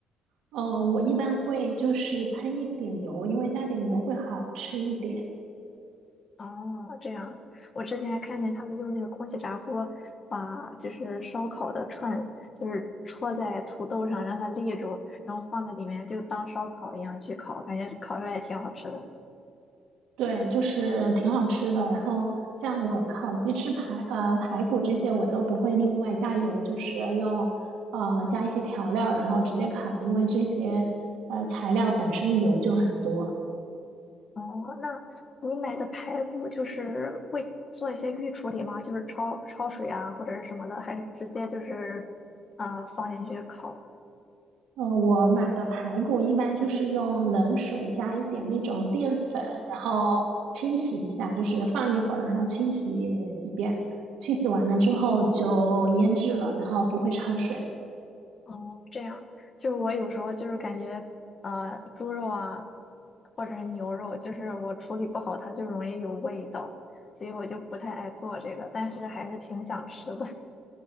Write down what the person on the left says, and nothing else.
哦，这样，我之前还看见他们用那个空气炸锅把就是烧烤的串，就是戳在土豆上让它立住，然后放在里面就当烧烤一样去烤，感觉烤出来也挺好吃的。
哦，那你买的排骨就是会做一些预处理吗？就是焯焯水啊，或者是什么的，还是直接就是呃放进去烤？
哦，这样，就是我有时候就是感觉呃猪肉啊，或者是牛肉，就是我处理不好，它就容易有味道，所以我就不太爱做这个，但是还是挺想吃的。